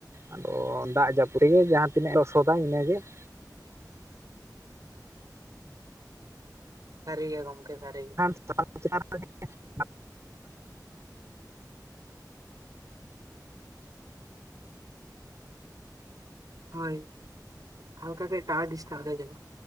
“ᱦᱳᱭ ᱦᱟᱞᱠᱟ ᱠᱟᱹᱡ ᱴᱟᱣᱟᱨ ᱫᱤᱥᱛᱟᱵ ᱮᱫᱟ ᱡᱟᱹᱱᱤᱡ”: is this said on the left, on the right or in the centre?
Right